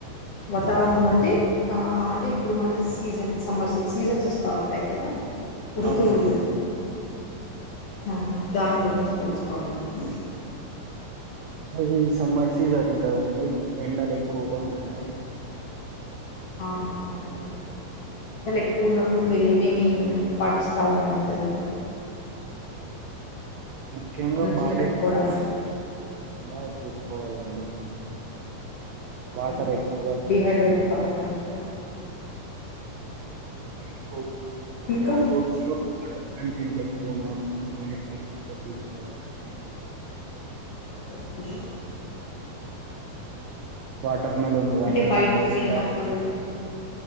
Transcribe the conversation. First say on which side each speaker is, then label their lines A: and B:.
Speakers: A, on the left; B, on the right.
A: వాతావరణం అంటీ ఆ అంటి ఇప్పుడు మనకి సీజన్ సమ్మర్ సి సీజన్స్ వస్త ఉంటాయి కదా ఋతువులు
B: అవునండి <inaudible>
A: ఆ దాని గురించి తెలుసుకోవాలని
B: ఇది సమ్మర్ సీజర్ కదండి ఎండలు ఎక్కువగా ఉంటాయ్
A: ఆ అవునండి ఎండలు ఎక్కువ ఉన్నప్పుడు మీరు ఏమేమి పాటిస్తా ఉంటారు అందరు
B: ముఖ్యంగా
A: నుంచి
B: బాడే
A: తట్టుకోవడానికి
B: బాగా చూసుకోవాలండి
A: ఓకే
B: వాటర్ ఎక్కువ తాగుతుండాలే
A: డిహైడ్రేట్ కాకుండా
B: ఎక్కువ అంటే
A: ఇంకా
B: ఫ్రూట్స్ లో వాటర్ కంటెంట్ ఎక్కువ ఉన్నా <unintelligible> తీసుకోవాలండి
A: ఓకే
B: వాటర్ మెలోన్ గాని
A: అంటే బయటికి
B: దోసకాయ
A: వెళ్ళినప్పుడు